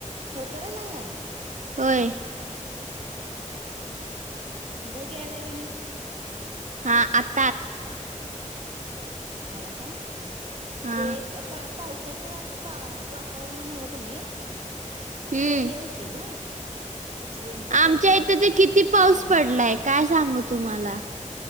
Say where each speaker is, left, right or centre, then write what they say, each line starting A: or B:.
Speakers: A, on the right (about 50°); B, on the right (about 65°).
A: खरखरा लागलाय.
B: होय.
A: बघ आलाय का नाही.
B: हा आत
A: आला काय
B: हा
A: ते एक पाप पावसाच्या वात वातावरणामुळे कनि
B: हम्म
A: ते हे हूंत ग. रेंजचा प्रॉब्लेम
B: आमच्या इथं
A: येतोय
B: त किती पाऊस
A: आबा
B: पडलाय काय सांगू तुम्हाला?